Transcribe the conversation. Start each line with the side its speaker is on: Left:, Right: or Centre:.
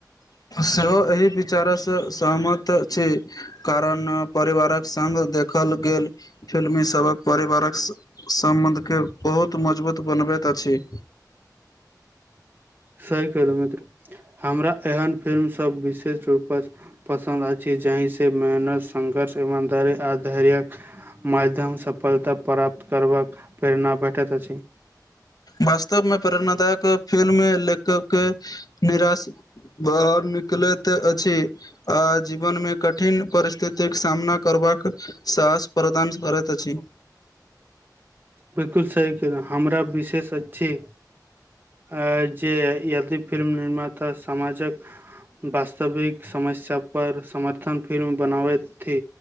Left: सेहो एहि विचारसँ सहमत छी। कारण परिवारक संग देखल गेल फिल्मी सब। परिवारक सम्बन्धके बहुत मजबूत बनबैत अछि।
Right: सही कहलहुं मित्र, हमरा एहन फिल्मसभ विशेष रूपसँ पसन्द अछि जाहिसँ मेहनत संघर्ष एव धैर्य आ धैर्यक माध्यम सफलता प्राप्त करबाक प्रेरणा भेटैत अछि।
Left: वास्तव मे प्रेरणादायक फिल्म लेखक के निराश बाहर निकलैत अछि। आ जीवनमे कठिन परिस्थितिक सामना करबाक साहस प्रदान करैत अछि।
Right: बिलकुल सही कहलहुं, हमरा विशेष अछि। आ जे यादि फिल्म निर्माता समाजक वास्तविक समस्या पर समर्थन फिल्म बनाबैत थि